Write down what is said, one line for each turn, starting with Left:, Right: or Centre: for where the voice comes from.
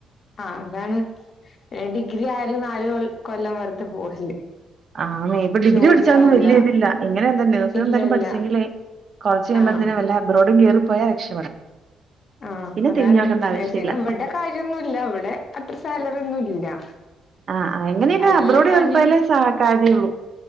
Left: ആ അതാണ് ഡിഗ്രി ആ- നാല് കൊല്ല- കൊല്ലം വെറുത്തെ പോവല്ലേ
Right: ആനേ ഇപ്പ ഡിഗ്രി
Left: ജോലി
Right: പഠിച്ചാലേ
Left: ആവൂല
Right: ഒന്നും വലിയ ഇതില്ല ഇങ്ങനെ തന്നെ നേഴ്സിങ്
Left: ഇല്ല
Right: എന്തായാലും
Left: ഇല്ല
Right: പഠിച്ചെങ്കിലേ കൊറച്ച് കഴിയുമ്പോത്തെന്
Left: ആഹ്
Right: വല്ല അബ്രോഡും കേറും പോയാ രക്ഷപ്പെടാം
Left: ആ
Right: പിന്നെ
Left: അതാണ്
Right: തിരിഞ്ഞു നോക്കണ്ട ആവശ്യമില്ല
Left: നേഴ്സിങ് ഇവിടെ കാര്യൊന്നുമില്ല ഇവിടെ അത്ര സാലറിയൊന്നും ഇല്ല ഇല്ല
Right: ആഹ് എങ്ങനെലും
Left: നല്ല
Right: അബ്രോട്
Left: പണിയാണ്
Right: കേറി പോയാലേ സാ കാര്യ ഉള്ളൂ